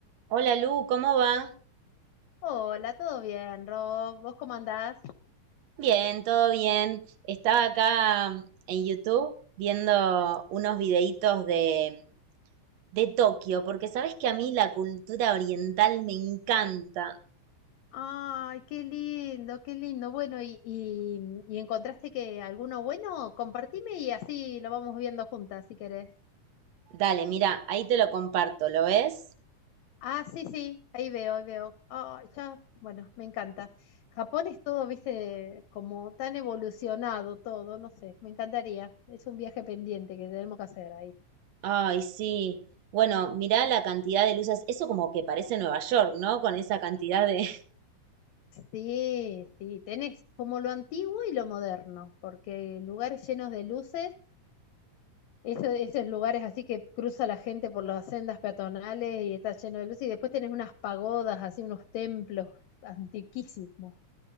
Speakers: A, on the right; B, on the left.
A: Hola Lu, ¿cómo va?
B: Hola, ¿todo bien, Rob? ¿Vos cómo andás?
A: Bien, todo bien. Estaba acá en YouTube viendo unos videitos de, de Tokio, porque sabes que a mí la cultura oriental me encanta.
B: Ay, qué lindo, qué lindo. Bueno, ¿y, y, y encontraste que alguno bueno? Compartime y así lo vamos viendo juntas, si querés.
A: Dale, mira, ahí te lo comparto, ¿lo ves?
B: Ah, sí, sí, ahí veo, ahí veo. Ah, ya, bueno, me encanta. Japón es todo, viste, como tan evolucionado todo, no sé, me encantaría. Es un viaje pendiente que tenemos que hacer ahí.
A: Ay, sí. Bueno, mirá la cantidad de luces. Eso como que parece Nueva York, ¿no? Con esa cantidad de...
B: Sí, sí, tenés como lo antiguo y lo moderno, porque lugares llenos de luces Eso- esos lugares así que cruza la gente por las sendas peatonales y está lleno de luz. Y después tenés unas pagodas, así unos templos antiquísimos.